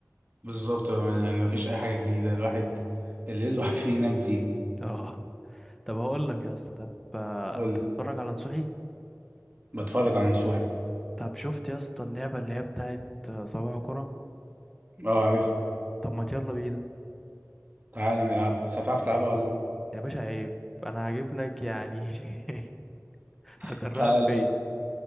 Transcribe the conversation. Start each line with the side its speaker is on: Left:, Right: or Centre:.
Right: بالظبط بأمانة يعني مفيش اي حاجة جديدة الواحد اللي يصبح <laughs> فيه ينام فيه
Centre: اه <laughs> طب هقول لك يا اسطى طب آه،
Right: قول
Centre: بتتفرج على نصوحي
Right: بتفرج على نصوحي
Centre: طب شفت يا اسطى اللعبة اللي هي بتاعت آه، صباح كرة
Right: اه عارفها
Centre: طب ما يلا بينا
Right: تعالى نلعبها بس هتعرف تلعبها ولا
Centre: يا باشا عيب انا هجيب لك يعني <laughs>
Right: <laughs>
Centre: هكرهك
Right: تعالى
Centre: فيا
Right: يلا،